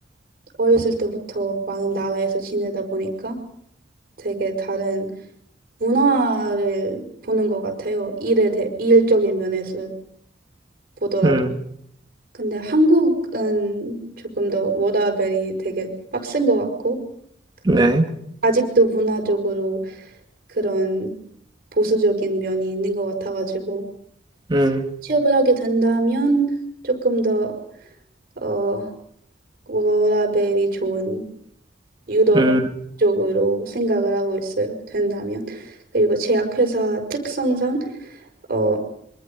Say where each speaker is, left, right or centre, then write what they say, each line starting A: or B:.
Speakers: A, on the right (about 50°); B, on the right (about 25°).
A: 어렸을 때부터 많은 나라에서 지내다 보니까 되게 다른 문화를 보는 것 같아요. 일에 대, 일적인 면에서 보더라도.
B: 음,
A: 근데 한국은 조금 더 워라밸이 되게 빡센 것 같고, 그
B: 네.
A: 아직도 문화적으로 그런 보수적인 면이 있는 것 같아가지고
B: 음,
A: 취업을 하게 된다면 조금 더 어, 워라밸이 좋은 유럽
B: 음,
A: 쪽으로 생각을 하고 있어요. 된다면. 그리고 제약회사 특성상 어,